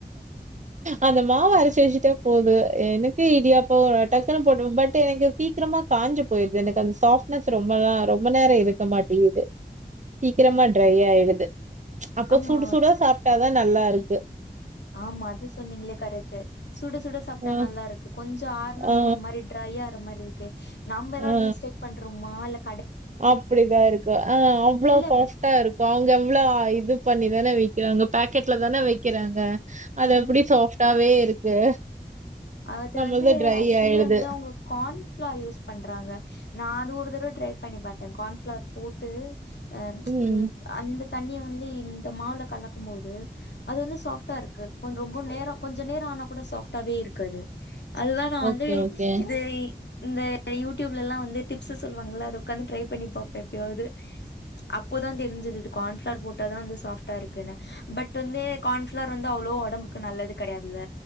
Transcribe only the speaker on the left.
ஆமா
ஆமா அது சொன்னீங்களே கரெக்ட்டு சுட சுட சாப்டா
நல்லா இருக்கு கொஞ்சோ ஆருனா
வந்து ஒரு மாரி ட்ரையா றமாரி இருக்கு நம்ப ஏதாது
மிஸ்டேக் பண்றோமா இல்
இல்ல
ஆ
அது
வந்து
ஆக்சுவலி
வந்து அவங்க கான்ஃபிளார் யூஸ் பண்றாங்க நான் அது ஒரு தடவை ட்ரை பண்ணி பாத்தேன் கான்ஃபிளார் போட்டு அ ப்ச்
உம் அந்த தண்ணிய வந்து இந்த மாவுல கலக்கும் போது அது வந்து சாஃப்டா இருக்கு ரொம்ப நேரம் கொஞ்ச நேரம் ஆனா கூட சாஃப்டாவே இருக்கு க்கு அது அதுதான் நான்
வந்து
இது இந்த யூடியூப்லலா வந்து டிப்ஸ் சொல்லுவாங்கள அத உக்காந்து ட்ரை பண்ணிப் பா ப்ப எப்பயாவது அப்போதான் தெரிஞ்சது இது கான்ஃப்ளார் போட்டா தான் வந்து சாஃப்ட்டா இருக்குன்னு பட் வந்து கான்ஃப்ளார் வந்து அவ்ளோ ஒடம்புக்கு நல்லது கெடையாதுல